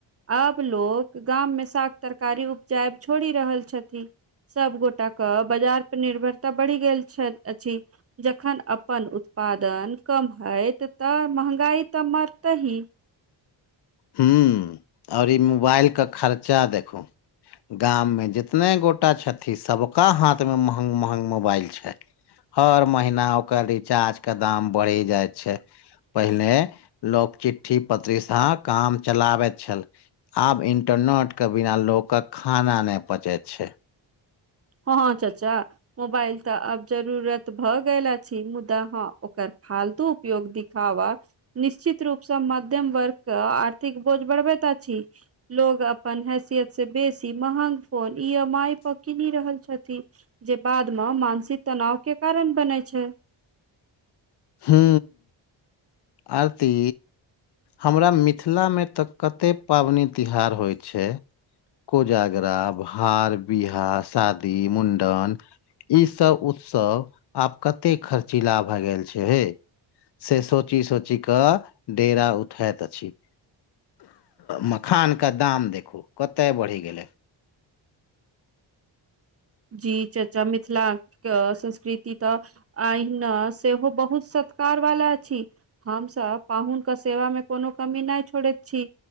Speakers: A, on the right (about 30°); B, on the left (about 60°).
A: आब लोक गाम मे साग तरकारी उपजाइ छोड़ि रहल छथि सब गोटा कऽ बाजार पर निर्भरता बढ़ि गेल छै अछि जखन अपन उत्पादन कम होत तऽ महँगाइ तऽ मरतही
B: हू आओर ई मोबाइल कऽ खर्चा देखू गाम मे जितने गोटा छथि सभ कऽ हाथ मे महग महग मोबाइल छै हर महीना ओकर रिचार्ज के दाम बढ़ि जाइ छै। पहिले लोक चिठ्ठी पत्री सँ काम चलाबैत छेल आब इन्टरनट कऽ बिना लोक कऽ खाना नहि पचैत छै
A: ह ह चाचा मोबाइल तऽ आब जरूरत भऽ गेल अछि मुदा हैं ओकर फालतू उपयोग दिखावा। निश्चित रूपसँ मध्यम वर्ग के आर्थिक बोझ बढ़बैत अछि। लोग अपन हैसियतसँ बेसी महग फोन ई एम आइ पर किनि लऽ रहल छथि जे बादमे मानसिक तनाव के कारण बनै छै।
B: हू आरती। हमरा मिथिला मे तऽ कतेक पाबनि तिहार होइत छै। कोजागरा, भर, बिहा, शादी, मुण्डन सभ उत्सव आब कते खर्चीला भए गेल छै। इहे से सोची सोची क डेरा उठाइत अछि। मखान कऽ दाम देखू कते बढ़ि गेलै।
A: जी चचा मिथिलाके संस्कृति त अहिना सेहो बहुत सत्कार वाला अछि। हम सभ पाहुनके सेवा मे कोनो कमी नहि छोड़ैत छी।